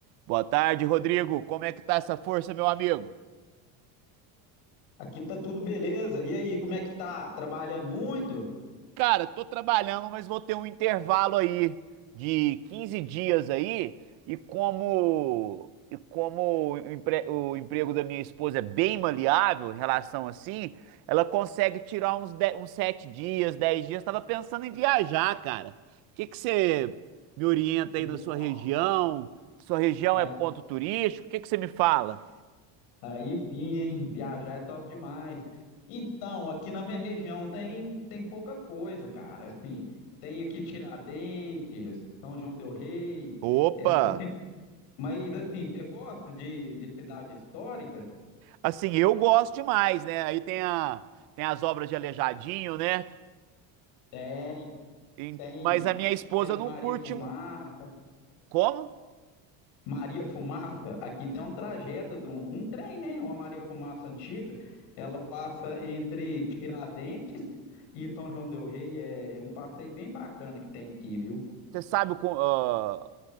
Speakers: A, on the right; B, on the left.
A: Boa tarde, Rodrigo. Como é que tá essa força, meu amigo?
B: Aqui tá tudo beleza. E aí, como é que tá? Trabalhando muito?
A: Cara, tô trabalhando, mas vou ter um intervalo aí de 15 dias aí, e como e como o, empre- o emprego da minha esposa é bem maleável em relação assim, ela consegue tirar uns, de, uns 7 dias, 10 dias. Tava pensando em viajar, cara. O que que você me orienta
B: No-
A: aí na sua região? Sua região
B: Aí,
A: é ponto turístico? O que que você me fala?
B: aí sim, hein? Viajar é top demais. Então, aqui na minha região tem, tem pouca coisa, cara. Assim, tem aqui Tiradentes, São João del Rei,
A: Opa!
B: essa, ci- mas assim, você gosta de, de cidade histórica?
A: Assim, eu gosto demais, né? Aí tem a, tem as obras de Aleijadinho, né?
B: Tem,
A: E-
B: tem,
A: mas a minha esposa
B: tem as
A: não
B: Maria
A: curte.
B: Fumaça.
A: mu- Como?
B: Maria Fumaça, aqui tem um trajeto de um, um trem, né? Uma Maria Fumaça antiga. Ela passa entre Tiradentes e São João del Rei. É, é um passeio bem bacana que tem aqui, viu?
A: Você sabe o qu- ah,